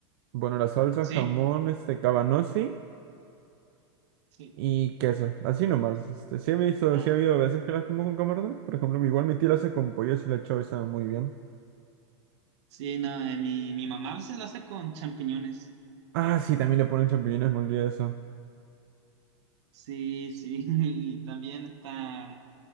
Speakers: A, on the right (about 55°); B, on the right (about 70°).
A: bueno, la salsa,
B: sí,
A: jamón, este, cabanossi
B: sí.
A: y queso, así nomás. Este, sí he visto,
B: Ah,
A: sí ha habido veces que las como con camarón. Por ejemplo, igual mi tía la hace con pollo y la chau y sabe muy bien.
B: sí, no, eh, mi, mi mamá a veces lo hace con champiñones.
A: Ah, sí, también le ponen champiñones, me olvidé de eso.
B: Sí, sí, <laughs> y también está...